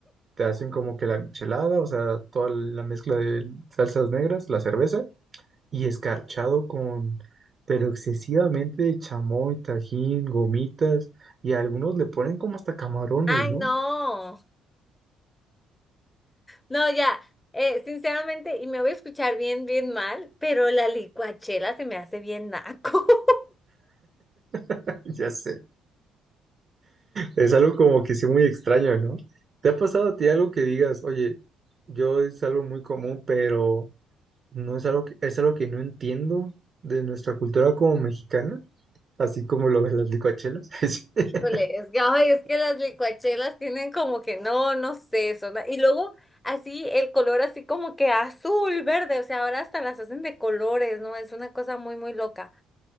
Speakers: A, on the right (about 45°); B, on the left (about 15°).
A: te hacen como que la michelada, o sea, toda la mezcla de salsas negras, la cerveza, y escarchado con, pero excesivamente chamoy, tajín, gomitas, y a algunos le ponen como hasta camarones,
B: Ay,
A: ¿no?
B: no. No, ya. Eh, sinceramente, y me voy a escuchar bien, bien mal, pero la licuachela se me hace bien naco. <laughs>
A: <laughs> Ya sé, es algo como que sí muy extraño, ¿no? ¿Te ha pasado a ti algo que digas, oye, yo es algo muy común, pero no es algo que, es algo que no entiendo de nuestra cultura como mexicana? así como lo de las licuachelas. <laughs>
B: Híjole, es que, ay, es que las licuachelas tienen como que no, no sé, son, y luego así el color así como que azul, verde, o sea, ahora hasta las hacen de colores, ¿no? Es una cosa muy, muy loca.